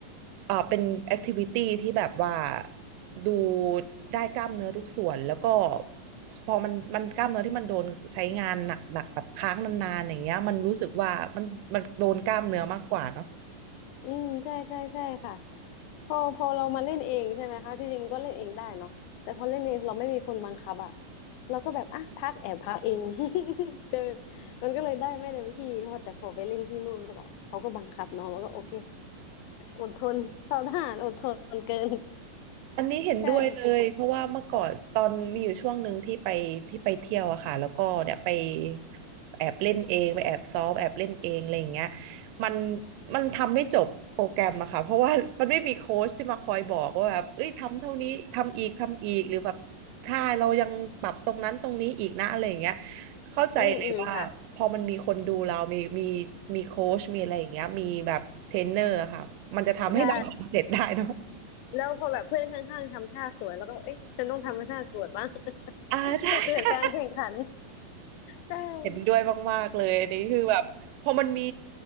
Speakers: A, on the right (about 80°); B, on the left (about 85°).
A: เอ่อเป็นแอคทิวิตี้ที่แบบว่าดูได้กล้ามเนื้อทุกส่วนแล้วก็พอมันมันกล้ามเนื้อที่มันโดนใช้งานหนักๆแบบค้างนานๆอย่างเงี้ยมันรู้สึกว่ามันมันโดนกล้ามเนื้อมากกว่าเนาะ
B: อืมใช่ใช่ใช่ค่ะพอพอเรามาเล่นเองใช่ไหมคะที่จริงมันก็เล่นเองได้เนาะแต่พอเล่นเองเราไม่มีคนบังคับอะเราก็แบบอ่ะพักแอบพักเอง <laughs> เจอมันก็เลยได้ไม่เต็มที่พอแต่พอไปเล่นที่นู่นก็แบบเขาก็บังคับเนาะแล้วก็โอเคอดทนเท่าทหารอดทนเกิน <laughs>
A: อันนี้เห็นด้วยเลยเพราะว่าเมื่อก่อนตอนมีอยู่ช่วงหนึ่งที่ไปที่ไปเที่ยวอะค่ะแล้วก็เนี่ยไป
B: ใช่
A: แอบเล่นเองไปแอบซ้อมแอบเล่นเองอะไรอย่างเงี้ยมันมันทำไม่จบโปรแกรมอะค่ะเพราะว่ามันไม่มีโค้ชที่มาคอยบอกว่าแบบเอ้ยทำเท่านี้ทำอีกทำอีกหรือแบบถ้าเรายังปรับตรงนั้นตรงนี้อีกนะอะไรอย่างเงี้ยเข้าใจเลยว่าพอมันมีคนดูเรามีมี
B: อืมอืมค่ะ
A: มีโค้ชมีอะไรอย่างเงี้ยมีแบบเทรนเนอร์อะค่ะมันจะทำให้เราทำเสร็จได้เนาะ
B: ใช่แล้วพอแบบเพื่อนข้างๆทำท่าสวยแล้วก็เอ๊ะฉันต้องทำให้ท่าสวยบ้าง
A: อ่าใช่
B: <laughs> เกิดการแข่งขันใช่
A: เห็นด้วยมากๆเลยอันนี้คือแบบพอมันมี